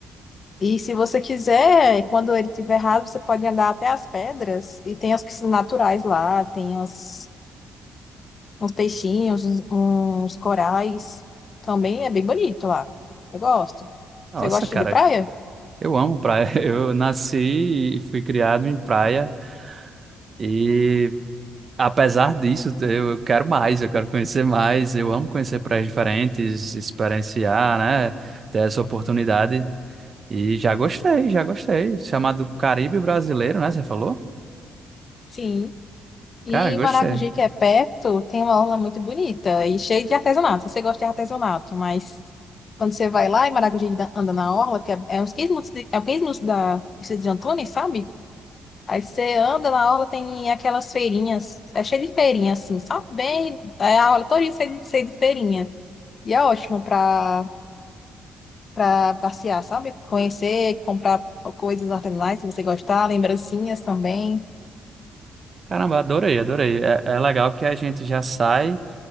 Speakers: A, on the left (about 40°); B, on the right (about 40°).
A: E se você quiser, quando ele estiver raso, você pode andar até as pedras. E tem as piscinas naturais lá, tem as uns peixinhos, uns, uns corais. Também é bem bonito lá. Eu gosto.
B: Nossa,
A: Você gosta
B: cara,
A: de praia?
B: eu amo praia. <laughs> Eu nasci e fui criado em praia. E apesar disso, eu eu quero mais, eu quero conhecer mais. Eu amo conhecer praias diferentes, experienciar, né? Ter essa oportunidade. E já gostei, já gostei. Chamado Caribe Brasileiro, né? Você falou?
A: Sim. E
B: Cara, gostei.
A: Maragogi, que é perto, tem uma orla muito bonita e cheia de artesanato. Você gosta de artesanato, mas quando você vai lá e Maragogi da- anda na orla, que é, é uns 15 minutos, de, é 15 minutos da Cidade de Antônio, sabe? Aí você anda na orla, tem aquelas feirinhas, é cheio de feirinha, assim, sabe? Bem, é a orla toda cheia de, cheia de feirinha. E é ótimo para para passear, sabe? Conhecer, comprar coisas artesanais, se você gostar, lembrancinhas também.
B: Caramba, adorei, adorei. É, é legal que a gente já sai.